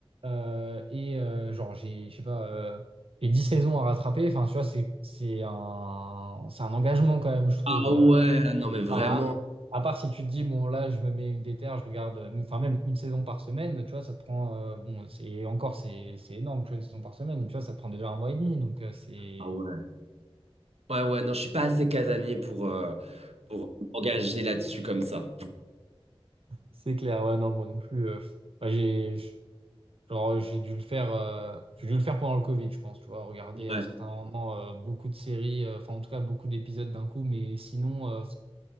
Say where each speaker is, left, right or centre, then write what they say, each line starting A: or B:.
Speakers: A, on the right; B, on the right.
A: euh, et euh, genre, j'ai, je sais pas, euh, les 10 saisons à rattraper, enfin, tu vois, c'est, c'est un, c'est un engagement quand même, je trouve.
B: Ah
A: euh.
B: ouais, non mais vraiment.
A: Enfin, à, à part si tu te dis, bon, là, je me mets une déterre, je regarde, euh, enfin, même une saison par semaine, tu vois, ça te prend, euh, bon, c'est encore, c'est, c'est énorme, tu vois, une saison par semaine, tu vois, ça te prend déjà un mois et demi, donc euh, c'est,
B: Ah ouais. Ouais, ouais, non, je suis pas assez casanier pour, euh, pour m'engager là-dessus comme ça.
A: c'est clair, ouais, non, moi non plus. euh, Enfin, j'ai, Genre, j'ai dû le faire, euh, j'ai dû le faire pendant le Covid, je pense, tu vois, regarder
B: Ouais.
A: à certains moments euh, beaucoup de séries, euh, enfin en tout cas beaucoup d'épisodes d'un coup, mais sinon, euh,